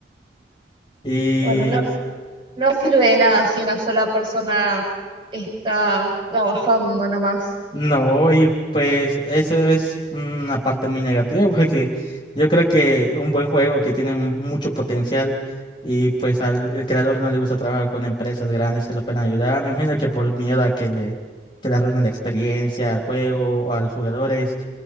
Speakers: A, on the left; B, on the right.
A: y
B: Bueno, no, no sirve de nada si una sola persona está trabajando nomás.
A: No, y pues eso es una parte muy negativa <laughs> porque yo creo que un buen juego que tiene mu- mucho potencial y pues al el creador no le gusta trabajar con empresas grandes que lo puedan ayudar. Me imagino que por miedo a que le, que le arruinen la experiencia al juego o a los jugadores,